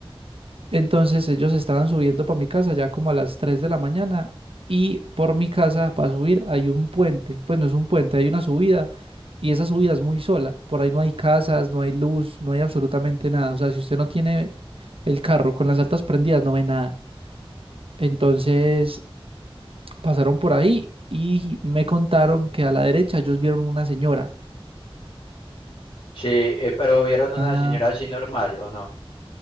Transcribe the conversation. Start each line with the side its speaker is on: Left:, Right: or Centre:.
Right: Entonces, ellos estaban subiendo para mi casa ya como a las 3 de la mañana y por mi casa para subir hay un puente. Pues no es un puente, hay una subida y esa subida es muy sola. Por ahí no hay casas, no hay luz, no hay absolutamente nada. O sea, si usted no tiene el carro con las altas prendidas, no ve nada. Entonces, pasaron por ahí y me contaron que a la derecha ellos vieron una señora
Left: sí, eh, pero vieron una
Right: Ah,
Left: señora así normal, ¿o no?